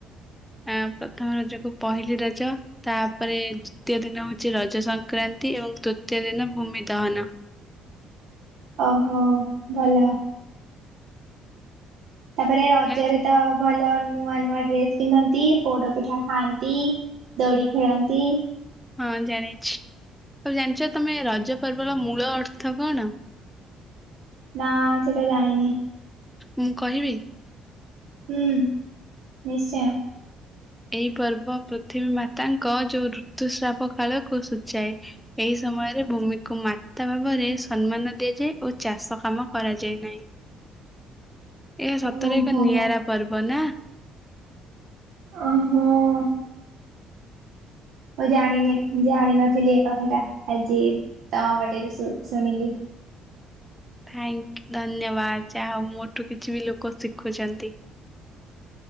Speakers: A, in the centre; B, on the right.
A: ଆ ପ୍ରଥମ ରଜକୁ ପହିଲି ରଜ ତାପରେ ଦ୍ଵିତୀୟ ଦିନ ହଉଛି ରଜ ସଂକ୍ରାନ୍ତି ଏବଂ ତୃତୀୟ ଦିନ ଭୂମି ଦହନ।
B: ଓହୋ ଭଲ। ତାପରେ ରଜରେ
A: ଜାଣିଛ
B: ତ ଭଲ ନୂଆ ନୂଆ ଡ୍ରେସ ପିନ୍ଧନ୍ତି ପୋଡ ପିଠା ଖାଆନ୍ତି ଦୋଳି ଖେଳନ୍ତି।
A: ହଁ ଜାଣିଛି ତ ଜାଣିଛ ତମେ ରଜ ପର୍ବର ମୂଳ ଅର୍ଥ କଣ?
B: ନା ସେଇଟା ଜାଣିନି।
A: ମୁଁ କହିବି।
B: ହୁଁ ନିଶ୍ଚୟ।
A: ଏହି ପର୍ବ ପୃଥିବୀ ମାତାଙ୍କ ଯୋଉ ଋତୁସ୍ରାବ କାଳକୁ ସୂଚାଏ ଏହି ସମୟରେ ଭୂମିକୁ ମାତା ଭାବରେ ସମ୍ମାନ ଦିଆଯାଏ ଓ ଚାଷ କାମ କରାଯାଏ ନାହିଁ। ଏହା ସତରେ
B: ଓହୋ
A: ଏକ ନିଆରା ପର୍ବ ନା।
B: ଓହୋ। ମୁଁ ଜାଣିନି ଜାଣିିନଥିଲି ଏ କଥା ଟା ଆଜି ତମ ପାଟିରୁ ଶୁଣି ଶୁଣିଲି।
A: ଥ୍ୟାଙ୍କ୍ ଧନ୍ୟବାଦ୍ ଯାହା ହେଉ ମୋଠୁ କିଛି ବି ଲୋକ ଶିଖୁଛନ୍ତି।